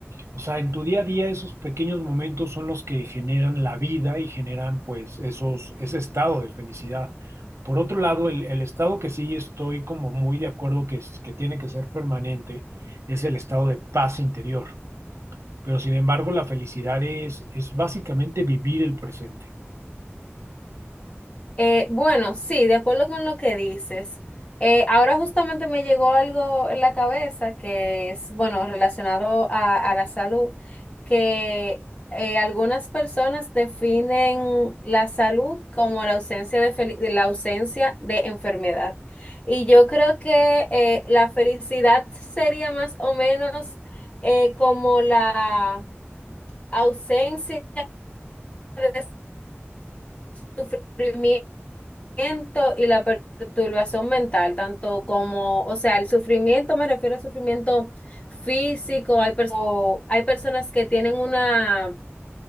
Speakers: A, on the right; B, on the left.
A: o sea, en tu día a día esos pequeños momentos son los que generan la vida y generan pues esos, ese estado de felicidad. Por otro lado, el, el estado que sí estoy como muy de acuerdo que, es- que tiene que ser permanente es el estado de paz interior. Pero sin embargo, la felicidad es, es básicamente vivir el presente.
B: Eh, bueno, sí, de acuerdo con lo que dices. Eh, ahora justamente me llegó algo en la cabeza que es, bueno, relacionado a, a la salud, que eh, algunas personas definen la salud como la ausencia de, fel- de la ausencia de enfermedad. Y yo creo que eh, la felicidad sería más o menos eh, como la ausencia de sufrimiento sufrimiento y la perturbación mental, tanto como, o sea, el sufrimiento, me refiero a sufrimiento físico, hay, perso- hay personas que tienen una